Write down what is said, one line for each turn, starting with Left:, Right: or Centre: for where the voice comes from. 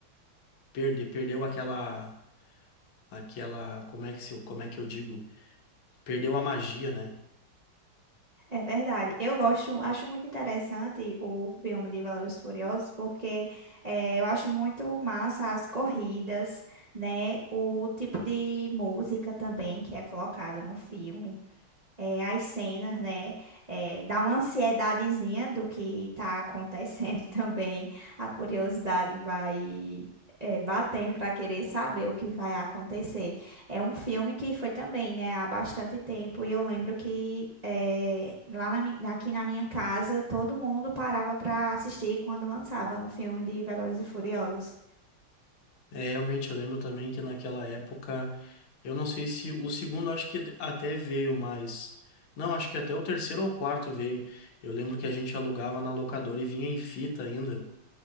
Left: Perde, perdeu aquela, aquela, como é que se, como é que eu digo? Perdeu a magia, né?
Right: É verdade. Eu gosto, acho muito interessante o filme de Velozes e Furiosos porque eh, eu acho muito massa as corridas, né? O tipo de música também que é colocada no filme é, as cenas, né? É, dá uma ansiedadezinha do que tá acontecendo <laughs> também. A curiosidade vai é, batendo para querer saber o que vai acontecer. É um filme que foi também, né, há bastante tempo. E eu lembro que é, lá na, mi- aqui na minha casa todo mundo parava para assistir quando lançava um filme de Velozes e Furiosos.
Left: É, realmente, eu lembro também que naquela época, eu não sei se o segundo acho que até veio, mas não, acho que até o terceiro ou quarto veio. Eu lembro que a gente alugava na locadora e vinha em fita ainda.